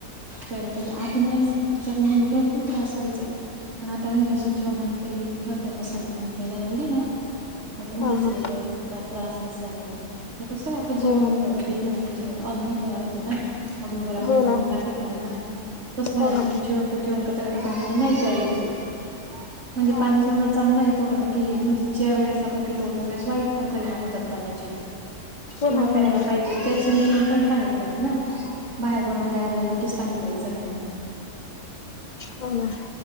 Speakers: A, on the right (about 50°); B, on the left (about 60°).
A: पहिला पहिला आधी मला <unintelligible> म्हणजे भरपूर त्रास व्हायचा. पण आता म्हणजे असं जेवणानंतर ही प्रत्येक तासानी पाणी प्यायला लागली ना आता म
B: हा
A: दसरीचा
B: हा
A: त्रासच गायब झाला. हे कसं आहे आपलं जेवण
B: हो
A: झाल्यावर
B: ना
A: अग्ननी तयार होते ना अग्नीवर आपण
B: हो
A: पाणी
B: ना हो
A: टाक शत नाही ना तस म्हण
B: हो
A: आपण
B: ना
A: जेवत जेवण कता कता पाणी नाही पायचं. म्हणजे
B: हा
A: पाणी
B: हा
A: जेवढं चांगलं आहे तेवढ बाकी म्हणजे ज्या वेळेस आपण पीतो त्या वेळेस वाईट पण परिणाम होतात पाण्याचे
B: हो
A: किंव्हा
B: ना हो
A: प्यायला
B: ना होतात
A: पाहिजे
B: होतात
A: त्याच नियम पण सांगितले ना बाहेरून आल्या आल्या लगेच पाणी प्यायचं नाही.
B: हो ना